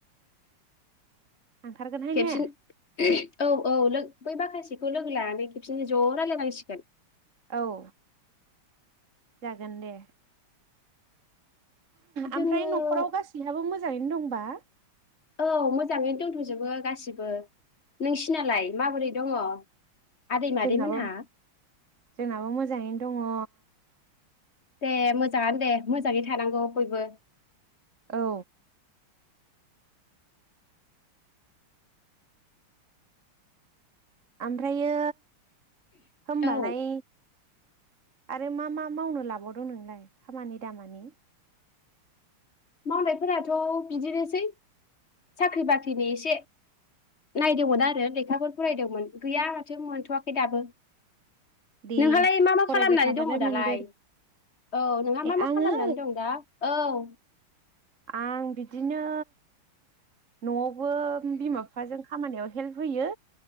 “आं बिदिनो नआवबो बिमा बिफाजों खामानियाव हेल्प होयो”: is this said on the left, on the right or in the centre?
Right